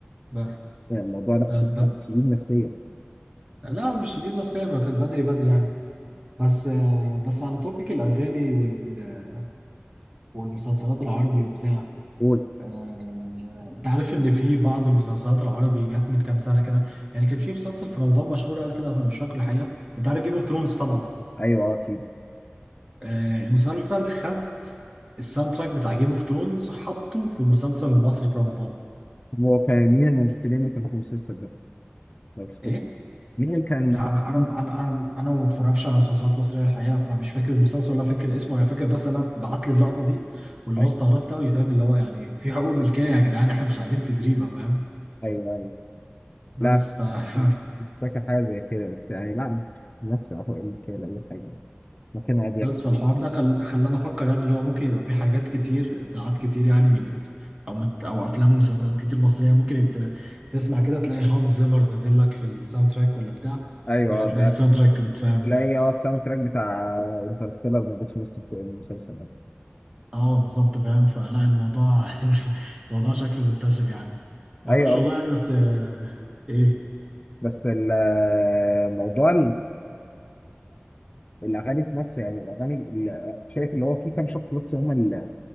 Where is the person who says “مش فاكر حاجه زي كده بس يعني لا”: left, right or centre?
Left